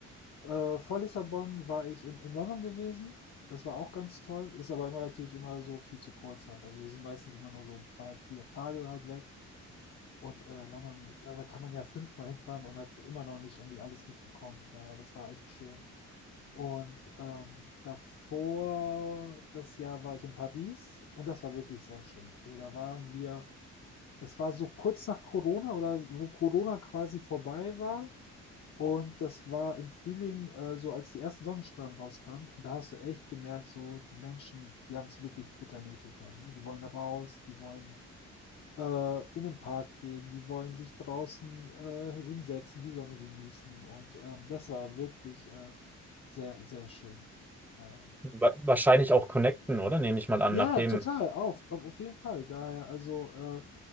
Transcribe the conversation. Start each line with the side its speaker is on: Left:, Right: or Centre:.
Left: äh, vor Lissabon, war ich in, in London gewesen. Das war auch ganz toll. Ist aber immer natürlich immer so viel zu kurz halt. Also wir sind meistens immer nur so drei, vier Tage halt weg. Und äh, London, da da kann man ja fünfmal hinfahren und hat immer noch nicht irgendwie alles mitbekommen. Daher, das war echt schön. Und ähm, davor, das Jahr war ich in Paris und das war wirklich sehr schön. Also da waren wir das war so kurz nach Corona oder wo Corona quasi vorbei war. Und das war im Frühling, äh, so als die ersten Sonnenstrahlen rauskamen. Und da hast du echt gemerkt, so die Menschen, die haben es wirklich bitter nötig halt. Ne? Die wollen raus, die wollen äh, in den Park gehen, die wollen sich draußen äh, hinsetzen, die Sonne genießen. Und ähm, das war wirklich äh, sehr, sehr schön. Naja.
Centre: Wa- Wahrscheinlich auch connecten, oder? Nehme ich mal an.
Left: Ja,
Centre: Nachdem
Left: total, auf, auf, auf jeden Fall. Daher, also äh,